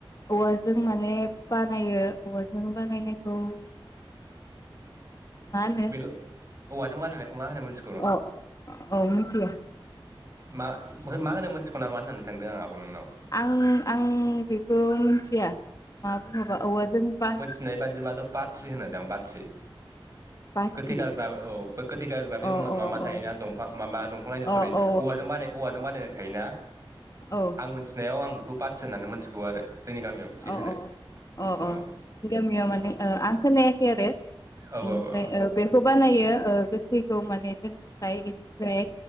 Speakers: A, on the left (about 40°); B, on the right (about 35°).
A: औवाजों माने बानायो औवाजों बानायनायखौ मा होनो
B: बेखौ औवाजों बानायनायखौ मा होनो मोनथिगौ?
A: अ औ मिनथिया।
B: मा मा होनो मोनथिगौ नामा होननानै सानदों आं आब' नोंनाव।
A: आं आं बेखौ मिनथिया मा बुङोबा औवाजों बा
B: नाय बादिबाथ' बाथि होनो दां बाथि।
A: बाथि
B: गोथै गारग्रा औ बे गोथै गारग्रा
A: अ
B: बे माबा
A: अ
B: थायोना दंफां माबा दंफां लायनो
A: अ
B: सरि।
A: औ
B: औवाजों बानाय औवाजों बानायनाय थायोना
A: औ
B: आं मोनथिनायाव आं बेखौ बाथि होननानै मोनथिगौ आरो जोंनि गामियाव। बिदि
A: अ
B: होनो
A: अ अ
B: औ
A: अ गामियाव माने
B: औ
A: ओ आं खोनायाखै आरो
B: औ
A: बेनिफ्राय
B: औ
A: ओ बेखौ बानायो ओ गोथैखौ माने दोननो थाखाय एनिफ्राय